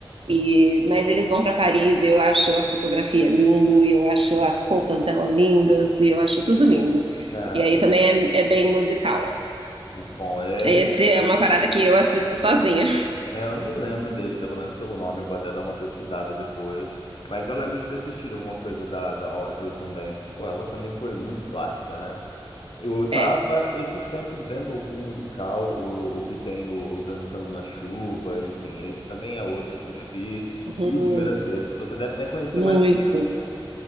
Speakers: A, on the right; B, on the left.
A: E mas eles vão pra Paris e eu acho a fotografia lindo e eu acho as roupas dela lindas e eu acho tudo lindo.
B: Ah,
A: E aí
B: que legal.
A: também é, é bem musical.
B: Muito bom. É
A: Esse
B: esse.
A: é uma parada que eu assisto sozinha. <laughs>
B: É, eu não me lembro dele, pelo menos pelo nome, eu vou até dar uma pesquisada depois. Mas eu lembro de ter assistido alguma coisa da, da Audrey também. Pô, ela também foi muito clássica, né? Eu tava
A: É.
B: esses tempos vendo um musical, o, o que tem o Dançando na Chuva, enfim, esse também é outro que eu já vi
A: Uhum,
B: inúmeras vezes. Você deve até conhecer
A: muito.
B: mais do que